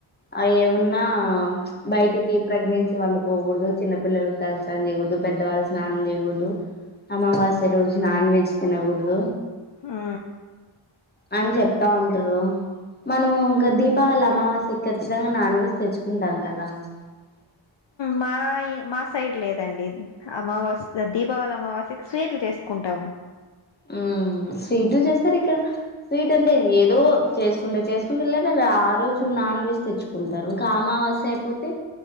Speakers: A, on the left (about 20°); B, on the left (about 60°).
A: అయి ఏమున్నా బయటికి ప్రెగ్నెన్సీ వాళ్ళు పోకూడదు చిన్న పిల్లలలకు <unintelligible> చేయకూడదు పెద్దవాళ్ళు స్నానం చేయకూడదు అమావస్య రో నాన్ వెజ్ తినకూడదు
B: ఆ
A: అని చెప్త ఉంటారు మనము ఇంకా దీపావళి అమావాస్య ఖచ్చితంగ నాన్ వెజ్ తెచ్చుకుంటాం కదా అ
B: మా మా సైడ్ లేదండి అమావాస్య దీపావళి అమావాస్యకి స్వీట్లు చేసుకుంటాము
A: ఉ స్వీట్ చేస్తారు ఇక్కడ స్వీట్ అంటే ఏదో చేసుకుంటారు చేసుకుంటే లేద ఆ రోజు నాన్ వెజ్ తెచ్చుకుంటారు <unintelligible> అయిపోతే